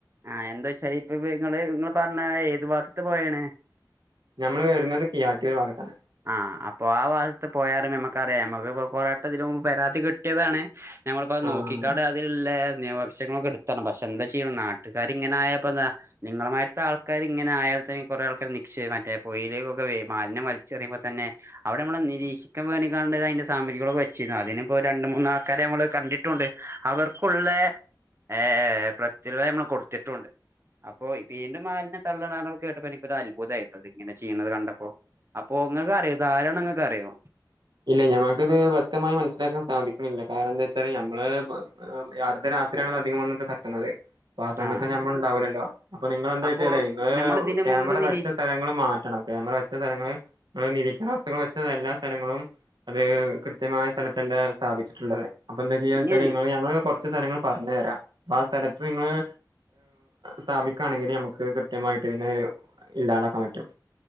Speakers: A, on the right (about 35°); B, on the right (about 85°).
A: ആഹ് എന്താ വച്ചാല് ഇപ്പ നിങ്ങള് പറ ന്ന ഏത് ഭാഗത്ത് പോയാണ്
B: ഞമ്മള് വേറുന്നത് കീയറ്റൂര് ഭാഗത്താണ്
A: ആഹ് അപ്പൊ ആ ഭാഗത്ത് പോയാലും നമ്മക്ക് അറിയാം നമ്മക്ക് ഇ കൊറട്ട ഇതിന് മുമ്പ് പരാതി കിട്ടിയതാണ് ഞമ്മളിപ്പോ നോക്കിക്കാട്ട
B: ആഹ്
A: അതിലില്ല പങ്ങളൊക്കെ എടുത്തണം പക്ഷെ എന്താ ചെയ്യണം നാട്ടുകാരിങ്ങന ആയപ്പോ എന്താ നിങ്ങളുമാരിത്ത ആൾ ആൾക്കാര് ഇങ്ങനെ ആയാല് തന്നെ കൊറെ ആൾക്കാര് നിക്ഷേം മറ്റേ പുയയിലേക്കെ മാലിന്യം തന്നെ അവിടെ നമ്മള് നിരീഷിക്കാൻ അതിന്റെ സാമഗിരിക്കെച്ചിരുന്നു അതിനിപ്പോ രണ്ട് മൂന്നാ ആൾക്കാര് നമ്മള് കണ്ടിട്ടുണ്ട്. അവർക്കുള്ള ഏ പ്രത്യകംനമ്മൾ കൊടുത്തിട്ടുണ്ട് അപ്പോ വീണ്ടും മാലിന്യം തള്ളണന്ന് കേട്ടപ്പോ എനിക്കൊരു അത്ഭുതമായിട്ടോ അത് ഇങ്ങനെ ചെയ്യണുന്നത് കണ്ടപ്പോ നിങ്ങൾക്ക് അറിയോ ഇത് ആരാണെന്നു നിങ്ങൾക്ക് അറിയോ
B: ഇല്ല ഞമ്മൾക്കിത് വ്യക്തമായി മനസ്സിലാക്കാൻ സാധിക്കുന്നില്ല കാരണം എന്താ വെച്ചാല് ഞമ്മള് അർദ്ധ രാത്രിയാണ് അധികം വന്ന് തട്ടുന്നത് അപ്പൊ ആ സമയത്ത്
A: ആഹ്
B: ഞമ്മൾ ഉണ്ടാവിലല്ലോ അപ്പൊ നിങ്ങൾന്താ
A: അപ്പൊ
B: വെച്ചേലെ നിങ്ങള്
A: നമ്മൾ ഇതിന്
B: ക്യാമറ
A: മുമ്പ് നിരീക്ഷ
B: മറ്റ സ്ഥലങ്ങളും മാറ്റണം ക്യാമറ വച്ച സ്ഥലങ്ങള് നിങ്ങൾ നിരീക്ഷണ വസ്തുക്കൾ വ ച്ചത് എല്ലാ സ്ഥലങ്ങളും അത് കൃത്യമായ സ്ഥലത്തൻ്റെ സ്ഥാപിച്ചിട്ടുള്ളത് അപ്പ എന്താ ചെയ്യാന്ന്
A: ഇനി
B: വെച്ചാല് നിങ്ങൾ ഞങ്ങള് കൊർ കൊറച്ച് സലങ്ങൾ പറഞ്ഞരാം അപ്പ ആ സ്ഥലത്ത് നിങ്ങള് സ്ഥാപിക്കാണെങ്കില് നമക്ക് കൃത്യമായി ട്ട് പിന്നെ ഇടാനക്കെ പറ്റും